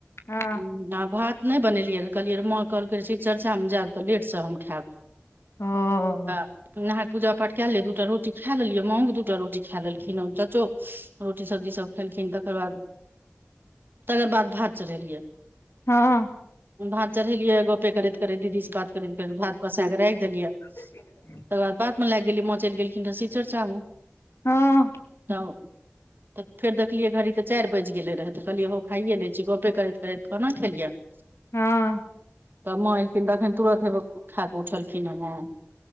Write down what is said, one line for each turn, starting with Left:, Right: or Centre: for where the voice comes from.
Left: हँ
Right: ह आ भात नहि बनेलियै रह कहलियै र माँ कहलकै शव चर्चामे जायब तऽ लेटसँ हम खायब।
Left: ओ
Right: त नहा पूजा पाठ कएलियै दू टा रोट खा लेलियै मावो के दूटा रोटी खा लेलखिन चचो रोटी सब्जी सब खेलखिन तकर बाद तकर बाद भात चढ़ेलियै।
Left: हँ
Right: भात चढ़ेलियै गपे करैत करैत दीदी से बात करैत करैत भात पसा कऽ राखि देलियै।
Left: <unintelligible>
Right: त वा बातमे लागि गेलयै माँ चैल गेलखिन तऽ शिवचर्चामे
Left: हँ
Right: त तऽ फेर देखलियै घड़ी तऽ चारि बाजि गेलै रहै तऽ कहलियै हम कहलियै खाइए लै छै गपे करैत करैत खाना खेलियनि।
Left: हँ
Right: तब माँ एलखिन तऽखन तुरत उहो खा कऽ उठलखिन ह माँ।